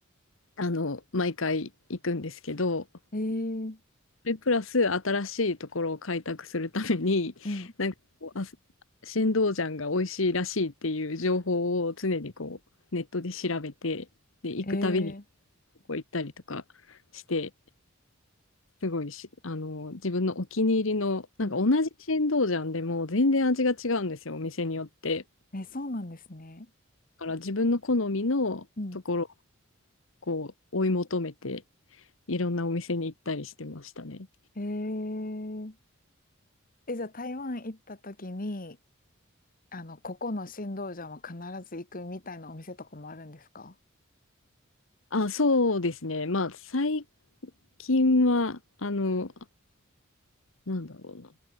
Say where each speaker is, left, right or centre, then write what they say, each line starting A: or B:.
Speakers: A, on the left; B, on the left.
A: あの、毎回行くんですけど、
B: ええ
A: れプラス新しいところを開拓するために、
B: うん。
A: <laughs> なんかこう、あ、新道ジャンが美味しいらしいっていう情報を常にこう、ネットで調べて、で、行くたびに
B: ええ
A: こう行ったりとかして、すごいし、あの、自分のお気に入りの、なんか同じ新道ジャンでも全然味が違うんですよ、
B: うん。
A: お店によって。
B: え、そうなんですね。
A: だから自分の好みのところを
B: うん。
A: こう、追い求めて、いろんなお店に行ったりしてましたね。
B: えええ、じゃあ台湾行った時に、あの、ここの新道場は必ず行くみたいなお店とかもあるんですか
A: あ、そうですね。まあ、最近は、あの、なんだろうな。